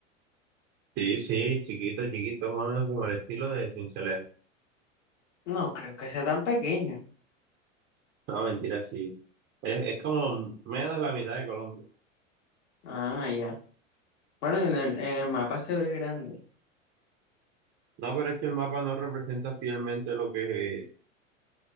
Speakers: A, on the right; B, on the left.
A: Sí, sí, chiquito, chiquito, más o menos como el estilo de Sincelejo.
B: no creo que sea tan pequeño.
A: No, mentira, sí. Es, es como menos de la mitad de Colombia.
B: Ah, ya. Bueno, en el, en el mapa se ve grande.
A: No, pero es que el mapa no representa fielmente lo que